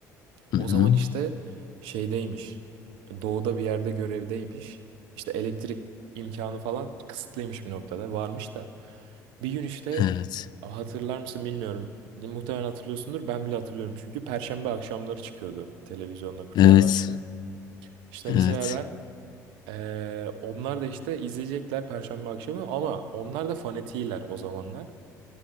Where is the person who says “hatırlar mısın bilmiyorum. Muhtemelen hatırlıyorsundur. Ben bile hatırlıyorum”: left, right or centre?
Right